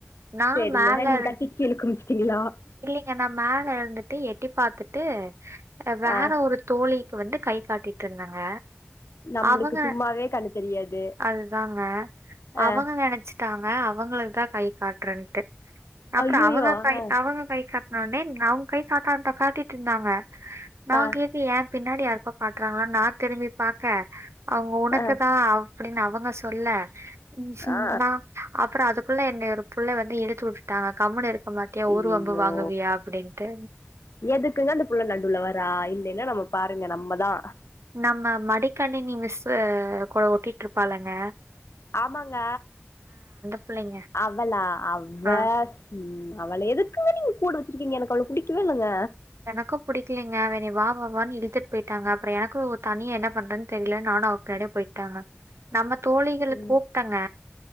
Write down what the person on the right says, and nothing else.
நான்
மேல
என்ன மேல இருந்துட்டு எட்டி பாத்துட்டு வேற
ஒரு தோழிக்கு வந்து கை காட்டிட்டு இருந்தாங்க
அவுங்க
அதுதாங்க
அவுங்க நெனச்சு தாங்க அவுங்களுக்கு தா கை காட்டுறேன்ட்டு அப்புற
அவுங்க கை
அவுங்க கை கா னோனே அவுங்க கை காத்தா காட்டிட்டு இருந்தாங்க நா
கே என் பின்னாடி யாருக்கோ காட்டுறாங்களானு நா திரும்பி பாக்க அவுங்க உனக்குதா
அப்டின்னு அவுங்க சொல்ல ம்
<unintelligible> அப்புற அதுக்குள்ள என்ன ஒரு புள்ள வந்து இழுத்து வுட்டுட்டாங்க கம்னு இருக்க மாட் டியா
ஊர் வம்பு வாங்குவியா அப்டின்னுட்டு
நம்ம மடிக்கணினி மிஸ்சு கூட ஒட்டிட்டு இருப்பாளுங்க
புள்ளைங்க
ஆ
எனக்கு பிடிக்கலீங்க அவ என்னய வா வா வான்னு இழுத்துட்டு போயிட்டாங்க அப்புற எனக்கு தனிய என்ன பண்றேன்னு தெரியல நானு அவக்கூ <unintelligible> போயிட்டாங்க நம்ம தோழிகள
கூப்டங்க